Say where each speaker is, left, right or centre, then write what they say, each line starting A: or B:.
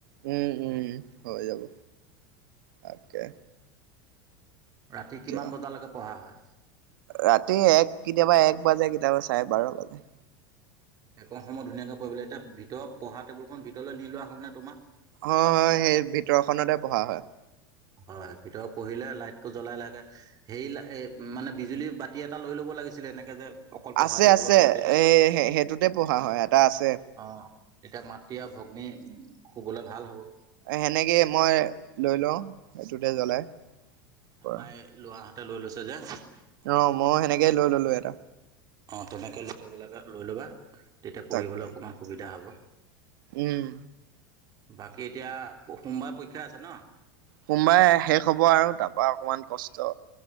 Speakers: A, on the right; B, on the right.
A: উম উম হৈ যাব, তাকে।
B: ৰাতি
A: এতিয়া
B: কিমান বজালৈকে পঢ়া হয়?
A: ৰাতি এক কেতিয়াবা এক বাজে, কেতিয়াবা চাৰে বাৰ' বাজে।
B: সেইকণ সময় ধুনীয়াকে কৰিবলৈ এতিয়া ভিতৰত পঢ়া টেবুলখন ভিতৰলৈ নি লোৱা হ'ল নে তোমাৰ
A: অ হয় সেই ভিতৰখনতে পঢ়া হয়
B: হয় ভিতৰত পঢ়িলে লাইটটো জ্বলাই লাহেকে হেৰি মানে বিজুলী বাতি এটা লৈ ল'ব লাগিছিলে এনেকে যে অকল পঢ়া
A: আছে
B: টেবুলত
A: আছে
B: পৰে তেতিয়া
A: এ সেইটোতে পঢ়া হয় এটা আছে।
B: অ তেতিয়া মাটি আৰু ভগ্নী শুবলৈ ভাল হ'ব
A: সেনেকেই মই লৈ লওঁ সেইটোতে জ্বলাই পৰা
B: আমাৰ এই লৰাহঁতে লৈ লৈছে যে।
A: অ ময়ো সেনেকেই লৈ ললো এটা।
B: অঁ তেনেকে লৈ ল'ব লাগে লৈ ল'বা তেতিয়া পঢ়িবলৈ
A: তাকে
B: অকণমান সুবিধা হ'ব।
A: উম।
B: বাকী এতিয়া সোমবাৰে পৰীক্ষা আছে ন?
A: সোমবাৰে শেষ হ'ব আৰু তাৰ পৰা অকমান কষ্ট,